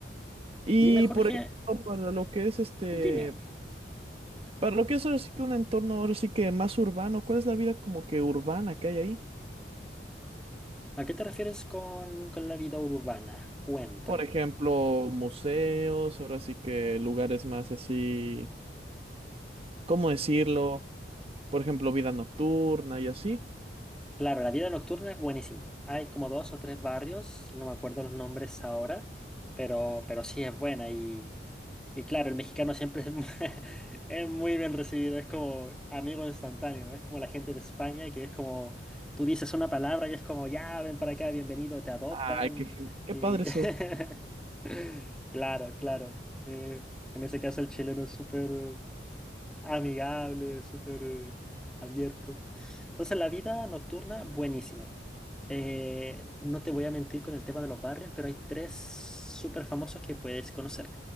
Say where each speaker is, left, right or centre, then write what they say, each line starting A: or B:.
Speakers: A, on the right; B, in the centre.
A: Y
B: Dime, Jorge,
A: por ejemplo, para lo que es este,
B: dime,
A: para lo que es ahora sí que un entorno ahora sí que más urbano, ¿cuál es la vida como que urbana que hay ahí?
B: ¿a qué te refieres con, con la vida urbana? Cuéntame.
A: Por ejemplo, museos, ahora sí que lugares más así, ¿cómo decirlo? Por ejemplo, vida nocturna y así.
B: Claro, la vida nocturna es buenísima. Hay como dos o tres barrios, no me acuerdo los nombres ahora, pero, pero sí es buena. Y, y claro, el mexicano siempre es, mu- <laughs> es muy bien recibido, es como amigo instantáneo, es como la gente de España, que es como tú dices una palabra y es como, ya, ven para acá, bienvenido, te adoptan.
A: Ay, qué, gen- qué
B: Y
A: padre
B: <laughs>
A: eso.
B: claro, claro. eh, en ese caso el chileno es súper amigable, súper abierto. Entonces, la vida nocturna, buenísima. Eh, no te voy a mentir con el tema de los barrios, pero hay tres súper famosos que puedes conocer.